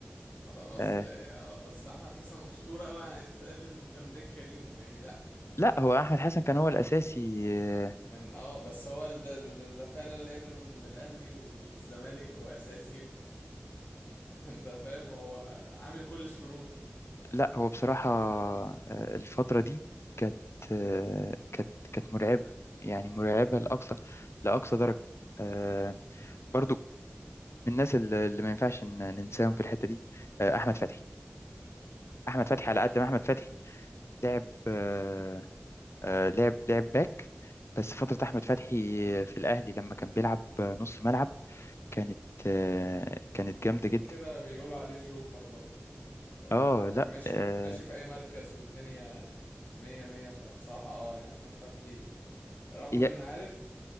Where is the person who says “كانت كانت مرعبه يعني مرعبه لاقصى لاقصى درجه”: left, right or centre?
Left